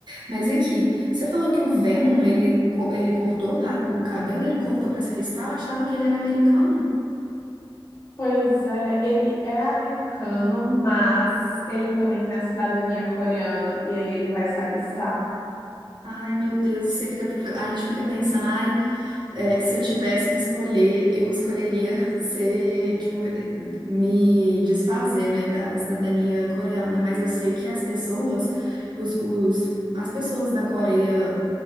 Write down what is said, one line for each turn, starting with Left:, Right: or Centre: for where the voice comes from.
Right: Mas aqui, você falou que o Venom, ele, co- ele cortou o ra- o cabelo, ele cortou pra se alistar, eu achava que ele era americano.
Left: Pois é, ele é americano, mas ele também tem a cidadania coreana e aí ele vai se alistar.
Right: Ai, meu Deus, e você fica, a gente fica pensando, ai. É, se eu tivesse que escolher, eu escolheria <laughs> ser, tipo, me desfazer, né, da cidadania coreana. Mas eu sei que as pessoas, tipo, os, os- as pessoas da Coreia,